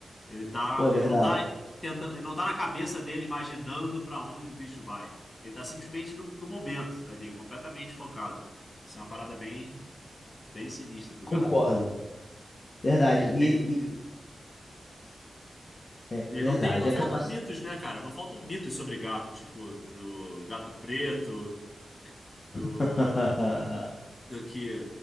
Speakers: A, on the left; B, on the left.
A: Ele tá,
B: Pô, é verdade.
A: ele não tá tentando, ele não tá na cabeça dele imaginando pra onde o bicho vai. Ele tá simplesmente no, no momento ali, completamente focado. Isso é uma parada bem, bem sinistra do
B: Concordo.
A: gato.
B: Verdade.
A: Ele
B: E
A: tem
B: ele. e-
A: e,
B: É
A: e
B: verdade.
A: não tem, não
B: É
A: faltam
B: capaz.
A: mitos, né, cara? Não faltam mitos sobre gato, tipo do gato preto, do
B: <laughs>
A: do que